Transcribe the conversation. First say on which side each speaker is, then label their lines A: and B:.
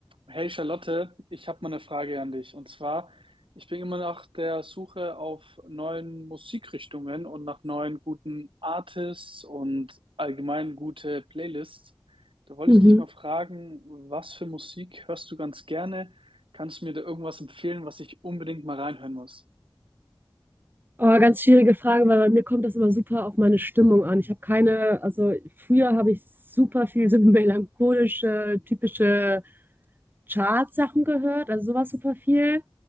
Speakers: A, on the right (about 70°); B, on the right (about 20°).
A: Hey Charlotte, ich habe mal eine Frage an dich. Und zwar, ich bin immer nach der Suche auf neuen Musikrichtungen und nach neuen guten Artists und allgemein gute Playlists. Da wollte
B: Mhm.
A: ich dich mal fragen, was für Musik hörst du ganz gerne? Kannst du mir da irgendwas empfehlen, was ich unbedingt mal reinhören muss?
B: Aber ganz schwierige Frage, weil bei mir kommt das immer super auf meine Stimmung an. Ich habe keine, also früher habe ich super viel <laughs> so melancholische, typische Chartsachen gehört, also sowas super viel.